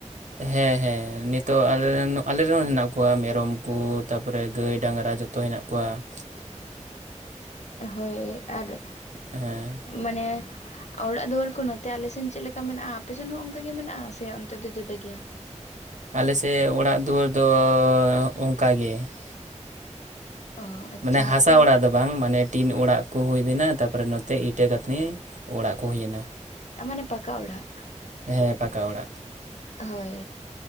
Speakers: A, on the right; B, on the left.
A: ᱦᱮᱸ ᱦᱮᱸ ᱱᱤᱛᱚᱜ ᱟᱞᱮ ᱨᱮᱱ ᱟᱞᱮ ᱨᱮᱱ ᱦᱮᱱᱟᱜ ᱠᱚᱣᱟ ᱢᱮᱨᱚᱢ ᱠᱚ ᱛᱟᱯᱚᱨᱮ ᱜᱟᱹᱭ ᱰᱟᱝᱨᱟ ᱡᱚᱛᱚ ᱦᱮᱱᱟᱜ ᱠᱚᱣᱟ ᱾
B: ᱦᱳᱭ ᱟᱨ
A: ᱦᱮᱸ
B: ᱢᱟᱱᱮ ᱚᱲᱟᱜ ᱫᱩᱭᱟᱹᱨ ᱠᱚ ᱱᱚᱛᱮ ᱟᱞᱮ ᱥᱮᱱ ᱪᱮᱫ ᱞᱮᱠᱟ ᱢᱮᱱᱟᱜ-ᱟ ᱟᱯᱮ ᱥᱮᱱ ᱦᱚᱸ ᱚᱱᱠᱟ ᱜᱮ ᱢᱮᱱᱟᱜ-ᱟ ᱥᱮ ᱚᱱᱛᱮ ᱫᱚ ᱡᱩᱫᱟᱹ ᱜᱮᱭᱟ?
A: ᱟᱞᱮ ᱥᱮᱫ ᱚᱲᱟᱜ ᱫᱩᱣᱟᱹᱨ ᱫᱚ ᱚᱱᱠᱟᱜᱮ ᱾
B: ᱚ ᱟᱪᱪᱷᱟ
A: ᱢᱟᱱᱮ ᱦᱟᱥᱟ
B: ᱛᱚ
A: ᱚᱲᱟᱜ ᱫᱚ ᱵᱟᱝ ᱢᱟᱱᱮ ᱴᱤᱱ ᱚᱲᱟᱜ ᱠᱚ ᱦᱩᱭ ᱤᱫᱤᱱᱟ ᱛᱟᱯᱚᱨᱮ ᱱᱚᱛᱮ ᱤᱴᱟᱹ ᱜᱟᱹᱛᱱᱤ ᱚᱲᱟᱜ ᱠᱚ ᱦᱩᱭᱮᱱᱟ ᱾
B: ᱚ ᱢᱟᱱᱮ ᱯᱟᱠᱟ ᱚᱲᱟᱜ
A: ᱦᱮᱸ ᱯᱟᱠᱟ ᱚᱲᱟᱜ
B: ᱾ ᱦᱳᱭ